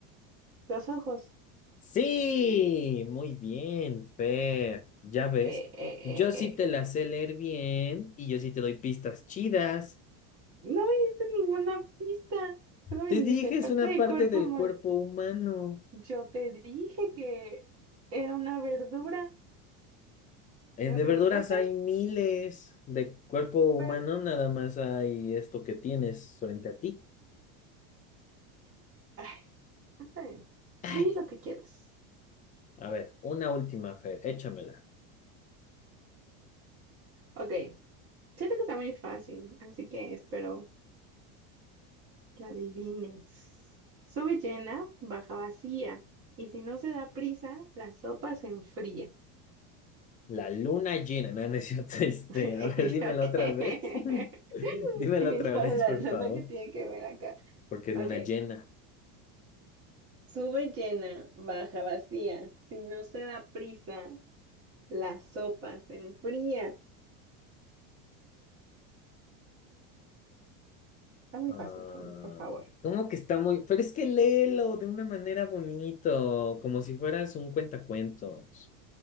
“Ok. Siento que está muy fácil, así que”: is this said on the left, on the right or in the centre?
Right